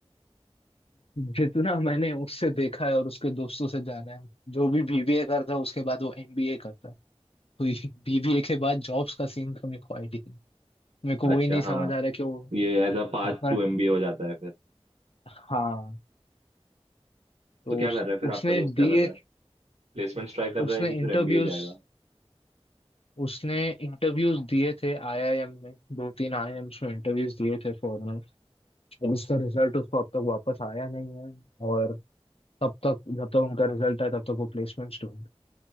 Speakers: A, on the left; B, on the right.
A: जितना मैंने उससे देखा है और उसके दोस्तों से जाना है जो भी बीबीए करता है उसके बाद वो एमबीए करता है तो बीबीए <laughs> के बाद जॉब्स का सीन का मेरे को आईडिया मेरे को
B: अच्छा
A: वही नहीं
B: हाँ
A: समझ आ रहा है कि वो
B: ये एज अ पार्ट
A: इतना
B: टू एमबीए हो जाता है फिर
A: हाँ तो
B: तो क्या
A: उस
B: कर रहा है फिर आपका
A: उसने
B: दोस्त क्या
A: दिए
B: कर रहा है प्लेसमेंट्स ट्राई कर रहा
A: उसने
B: है कि
A: इंटरव्यूज
B: फिर एमबीए जाएगा
A: उसने इंटरव्यूज दिए थे आईआईएम में दो तीन आईआईएम्स में इंटरव्यूज दिए थे फॉरनर उसका रिजल्ट उसको अब तक वापस आया नहीं है और तब तक जब तक उनका रिजल्ट आए तब तक वो प्लेसमेंट्स ढूंढ